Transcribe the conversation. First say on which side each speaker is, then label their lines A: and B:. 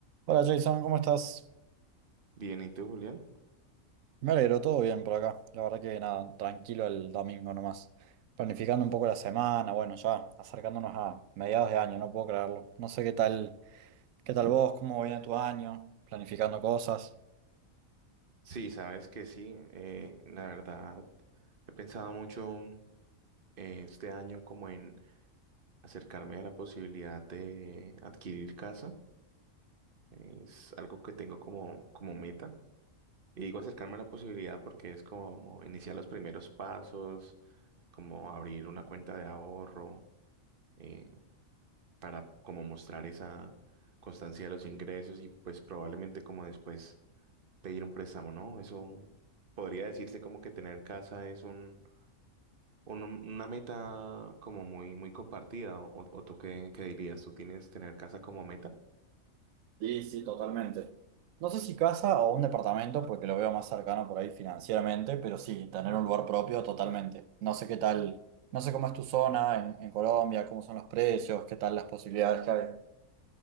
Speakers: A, on the right (about 75°); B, on the right (about 45°).
A: Hola Jason, ¿cómo estás?
B: Bien, ¿y tú, Julián?
A: Me alegro, todo bien por acá. La verdad que nada, tranquilo el domingo nomás. Planificando un poco la semana, bueno, ya acercándonos a mediados de año, no puedo creerlo. No sé qué tal, qué tal vos, cómo viene tu año, planificando cosas.
B: Sí, sabes que sí, eh, la verdad, he pensado mucho eh, este año como en acercarme a la posibilidad de adquirir casa. Es algo que tengo como, como meta. Y digo acercarme a la posibilidad porque es como iniciar los primeros pasos, como abrir una cuenta de ahorro, eh, para como mostrar esa constancia de los ingresos y pues probablemente como después. pedir un préstamo, ¿no? Eso podría decirse como que tener casa es un, un- una meta como muy, muy compartida. ¿O, o tú qué, qué dirías? ¿Tú tienes tener casa como meta?
A: Sí, sí, totalmente. No sé si casa o un departamento, porque lo veo más cercano por ahí financieramente, pero sí, tener un lugar propio totalmente. No sé qué tal, no sé cómo es tu zona en, en Colombia, cómo son los precios, qué tal las posibilidades que hay.